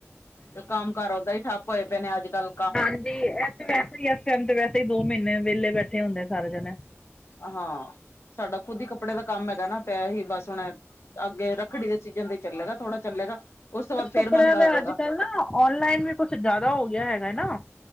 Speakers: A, on the left (about 60°); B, on the left (about 20°).
A: ਤੇ ਕੰਮ ਕਾਰ ਓਦਾਂ ਹੀ ਠੱਪ ਹੋਏ ਪਏ ਨੇ ਅੱਜਕੱਲ।
B: ਹਾਂਜੀ ਇਥੇ ਵੈਸੇ ਹੀ ਇਸ ਟੈਮ ਤੇ ਵੈਸੇ ਹੀ ਦੋ ਮਹੀਨੇ ਵਿਹਲੇ ਬੈਠੇ ਹੁੰਦੇ ਸਾਰੇ ਜਾਣੇ।
A: ਹਾਂ, ਸਾਡਾ ਖੁੱਦ ਹੀ ਕੱਪੜੇ ਦਾ ਕੰਮ ਹੈਗਾ ਨਾ ਪੈ ਹੀ ਬਸ ਹੁਣ, ਅੱਗੇ ਰੱਖੜੀ ਦੇ ਸੀਜ਼ਨ ਦਾ ਹੀ ਚੱਲੇਗਾ। ਥੋੜਾ ਚੱਲੇਗਾ ਉਸ ਤੋਂ
B: ਕੁਛ
A: ਬਾਅਦ ਫੇਰ
B: ਕੱਪੜਿਆਂ
A: ਮੰਦਾ
B: ਦਾ
A: ਹੋ ਜਾਏਗਾ
B: ਅੱਜਕੱਲ ਨਾ ਔਨਲਾਈਨ ਵੀ ਕੁਛ ਜ਼ਿਆਦਾ ਹੋ ਗਿਆ ਹੈਗਾ ਨਾ।